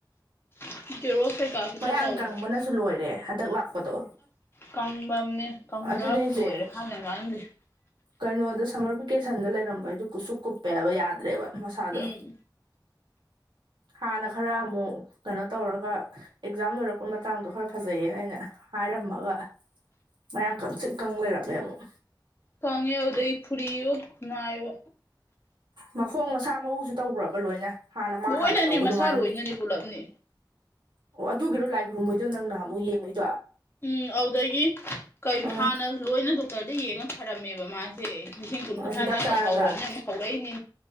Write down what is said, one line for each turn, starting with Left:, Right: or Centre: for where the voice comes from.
Left: <unintelligible>
Right: ꯃꯌꯥꯡ
Left: ꯇꯧꯔꯒ
Right: ꯀꯪꯕꯅꯁꯨ ꯂꯣꯏꯔꯦ ꯍꯟꯗꯛ ꯂꯥꯛꯄꯗꯣ
Left: ꯀꯪꯕꯝꯅꯦ ꯀꯪꯕ꯭ꯔꯥꯕꯨ
Right: ꯑꯗꯨꯅꯦꯁꯦ
Left: ꯂꯣꯏꯔꯦ ꯍꯥꯏꯗꯅꯀꯥꯟꯗꯦ
Right: ꯀꯩꯅꯣꯗ ꯁꯝꯃꯔ ꯚꯦꯀꯦꯁꯟꯗ ꯂꯩꯔꯝꯕꯩꯗꯨ ꯀꯨꯁꯨꯛ ꯀꯨꯞꯄꯦ ꯍꯥꯏꯕ ꯌꯥꯗ꯭ꯔꯦꯕ ꯃꯁꯥꯗꯣ
Left: ꯎꯝ
Right: ꯍꯥꯟꯅ ꯈꯔꯃꯨꯛ ꯀꯩꯅꯣ ꯇꯧꯔꯒ ꯑꯦꯛꯖꯥꯝ ꯑꯣꯏꯔꯛꯄ ꯃꯇꯥꯡꯗꯣ ꯈꯔ ꯐꯖꯩꯌꯦꯅ ꯑꯩꯅ ꯍꯥꯏꯔꯝꯃꯒ ꯃꯌꯥꯡ ꯀꯪꯇꯔꯤꯛ ꯀꯪꯕꯤ ꯂꯩꯔꯝꯃꯦ ꯑꯃꯨꯛ
Left: ꯀꯪꯉꯦ ꯑꯗꯨꯗꯩ ꯐꯨꯔꯤꯌꯣ ꯐꯨꯅꯥꯏꯑꯣ
Right: ꯃꯈꯣꯡ ꯃꯁꯥ ꯃꯎꯁꯨ ꯇꯧꯕ꯭ꯔꯕ ꯂꯣꯏꯅ ꯍꯥꯟꯅ ꯃꯥ
Left: ꯂꯣꯏꯅꯅꯦ
Right: ꯍꯥꯟꯅ ꯇꯧꯕ
Left: ꯃꯁꯥ
Right: ꯑꯗꯨꯃꯥꯏꯅ
Left: ꯂꯣꯏꯅꯅꯦ ꯄꯨꯜꯂꯞꯅꯦ
Right: ꯑꯣ ꯑꯗꯨꯒꯤꯔꯣ ꯂꯥꯏ ꯈꯨꯔꯨꯝꯃꯣꯏꯗꯣ ꯅꯪ ꯅꯍꯥꯥꯟꯃꯨꯛ ꯌꯦꯡꯉꯨꯏꯗꯣ
Left: ꯎꯝ ꯑꯗꯨꯗꯒꯤ ꯀꯩꯅꯣ
Right: ꯎꯝ
Left: ꯍꯥꯟꯅ ꯂꯣꯏꯅ ꯗꯣꯛꯇꯔꯗ ꯌꯦꯡꯉ ꯐꯔꯝꯃꯦꯕ ꯃꯥꯁꯦ ꯁꯦ ꯂꯤꯁꯤꯡ ꯀꯨꯟ ꯀꯨꯟꯊ꯭ꯔꯥꯥ
Right: ꯍꯤꯗꯥꯛ
Left: ꯆꯪꯉꯥ
Right: ꯆꯥꯔꯒ
Left: ꯐꯔꯨꯔꯝꯅꯤ ꯑꯃꯨꯛ ꯍꯧꯔꯛꯏꯅꯤ